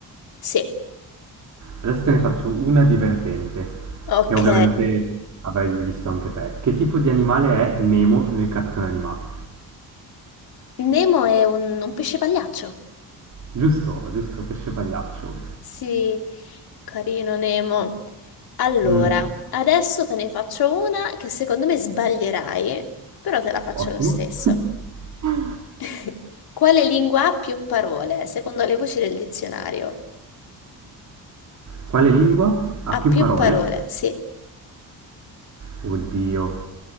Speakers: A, on the left; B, on the right.
A: sì,
B: Adesso te ne faccio una divertente,
A: ok.
B: che ovviamente avrai visto anche te. Che tipo di animale è Nemo nel cartone animato?
A: Nemo è un un pesce pagliaccio.
B: Giusto, giusto, pesce pagliaccio.
A: Sì, carino Nemo. Allora,
B: Mm,
A: adesso te ne faccio una che secondo me sbaglierai, però te la faccio
B: ottimo.
A: lo stesso.
B: <laughs>
A: <laughs> Quale lingua ha più parole, secondo le voci del dizionario?
B: Quale lingua ha
A: Ha
B: più
A: più
B: parole?
A: parole, sì.
B: Oddio,